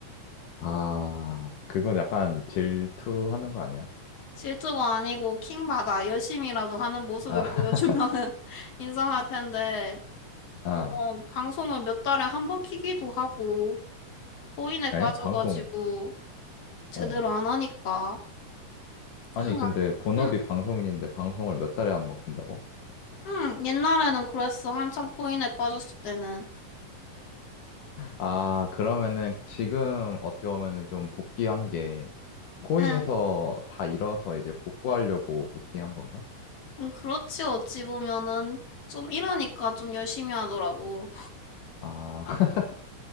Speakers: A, on the left (about 75°); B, on the left (about 50°).
A: 아, 그건 약간 질투하는 거 아니야?
B: 실수가 아니고 킹받아. 열심히라도 하는 모습을
A: 아,
B: 보여주면은
A: <laughs>
B: <laughs> 인정할 텐데
A: 아,
B: 뭐 방송을 몇 달에 한 번 키기도 하고 호인에 빠져가지고
A: 엥? 방송,
B: 제대로
A: 어.
B: 안 하니까.
A: 아니,
B: <clears throat>
A: 근데 본업이
B: 응.
A: 방송인인데 방송을 몇 달에 한 번 킨다고?
B: 응, 옛날에는 그랬어. 한창 코인에 빠졌을 때는.
A: 아, 그러면은 지금 어떻게 보면은 좀 복귀한 게 코인에서
B: 응,
A: 다 잃어서 이제 복구하려고 복귀한 건가?
B: 응, 그렇지. 어찌 보면은 좀 이러니까 좀 열심히 하더라고.
A: 아, <laughs>